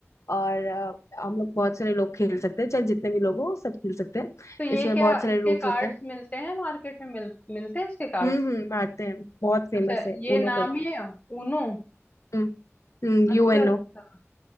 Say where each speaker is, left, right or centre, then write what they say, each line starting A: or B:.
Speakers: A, on the left; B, on the left.
A: और अ, हम लोग बहुत सारे लोग खेल सकते हैं चाहे जितने भी लोग हो सब खेल सकते हैं
B: तो ये
A: इसमें
B: क्या
A: बहुत सारे
B: इसके
A: रूल्स
B: कार्ड्स
A: होते हैं
B: मिलते हैं मार्केट में मिल, मिलते हैं इसके कार्ड्स
A: हम्म हम्म मारते हैं बहुत फेमस
B: अच्छा
A: है
B: ये
A: ऊनो
B: नाम
A: करके
B: ही है ऊनो
A: हम्म
B: अच्छा
A: यूएनओ
B: अच्छा